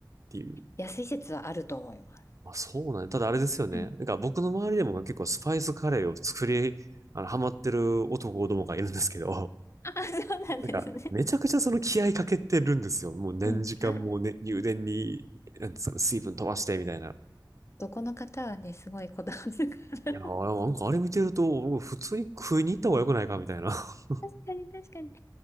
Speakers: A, on the right; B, on the left.
A: ていう。
B: 安い説はあると思います。
A: まあそうなんだ。ただあれですよね。
B: うん。
A: なんか僕の周りでも結構スパイスカレーを作り、あの、ハマってる男どもがいるんですけど。
B: <laughs> あ、そうなんですね。
A: なんか、めちゃくちゃその気合いかけてるんですよ。もう何時間もね、
B: うん。あ、
A: 入電に、なんですかね、水分飛ばしてみたいな。
B: どこの方はね、すごいこだわるから。
A: いやー、なんかあれ見てると、もう普通に食いに行った方が良くないかみたいな。<laughs>
B: <laughs> 確かに確かに。